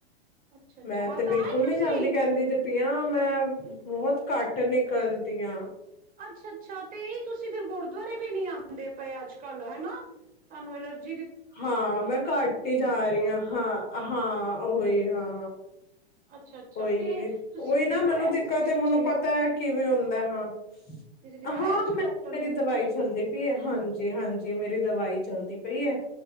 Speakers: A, on the right (about 25°); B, on the left (about 30°).
A: ਅੱਛਾ ਅੱਛਾ
B: ਮੈਂ
A: ਹਾਂ
B: ਤੇ
A: ਤਾਂ
B: ਬਿਲਕੁਲ
A: ਹੀ ਤੁਸੀਂ
B: ਨਹੀਂ ਜਾਂਦੀ ਕਹਿੰਦੀ ਤੇਪਿਆ, ਮੈਂ ਬਹੁਤ ਘੱਟ ਨਿਕ ਕਰਦੀਆਂ।
A: ਅੱਛਾ-ਅੱਛਾ ਤੇਹੀ ਤੁਸੀਂ ਦੇ ਗੁਰਦੁਆਰੇ ਵੀ ਨਹੀਂ ਆਦੇ ਪਏ ਅੱਜ-ਕੱਲ ਹੈਨਾ। ਤੁਹਾਨੂੰ ਐਲਰਜ
B: ਹਾਂ ਮੈਂ ਘੱਟ ਹੀ ਜਾ
A: ਨਾਲ
B: ਰਹੀ ਹਾਂ ਹਾਂ ਹਾਂ। ਓਹੀ ਹਾਂ।
A: ਅੱਛਾ-ਅੱਛਾ
B: ੳਹੀ-ਉਹੀ
A: ਤੇ ਤੁਸੀਂ
B: ਨਾ
A: ਦਿਖਾਇਆ
B: ਮੈਨੂੰ ਦਿੱਕਤ
A: ਕਿਸੇ
B: ਤੇ
A: ਅੱਛੇ
B: ਮੈਨੂੰ ਪਤਾ ਹੈ, ਕਿਵੇਂ ਹੁੰਦਾ ਹਾਂ-ਹਾਂ
A: ਕਿਸੇ ਦਿਖਾਇਆ ਅੱਛੇ ਡਾਕਟਰ
B: ਮੈਂ
A: ਨੂੰ
B: ਮੇਰੀ ਦਵਾਈ ਚੱਲਦੀ ਹਾਂਜੀ-ਹਾਂਜੀ, ਮੇਰੀ ਦਵਾਈ ਚੱਲਦੀ ਪਈ ਹੈ।